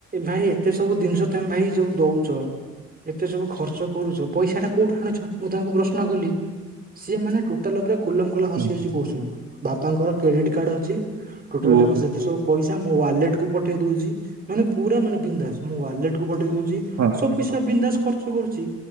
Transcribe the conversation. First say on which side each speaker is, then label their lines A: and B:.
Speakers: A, on the right; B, on the right.
A: ଭାଇ, ଏତେ ସବୁ ଜିନିଷ ତମେ ଭାଇ, ସବୁ ଦଉଚ ଏତେ ସବୁ ଖର୍ଚ୍ଚ କରୁଚ। ପଇସା ଟା କୋଉଠୁ ଆଣୁଚ। ମୁଁ ତାଙ୍କୁ ପ୍ରଶ୍ନ କଲି। ସିଏ ମାନେ, ଟୋଟାଲରେ ଖୁଲମ ଖୁଲା ହସି
B: ହୁଁ
A: ହସି କହୁଛନ୍ତି ବାପା ଙ୍କର, କ୍ରେଡିଟ୍ କାର୍ଡ ଅଛି। ଟୋଟାଲ
B: ଓହୋ
A: ଟାକ ଯେତେ ସବୁ ପଇସା, ମୋ ୱାଲେଟ କୁ ପଠେଇ ଦଉଚି। ମାନେ ପୁରା, ମାନେ ପିନ୍ଧାସ୍। ମୋ ୱାଲେଟ କୁ ପଠେଇ ଦଉଚି।
B: ହଁ।
A: ସବୁ ପଇସା ବିନ୍ଧାସ ଖର୍ଚ୍ଚ କରୁଚି।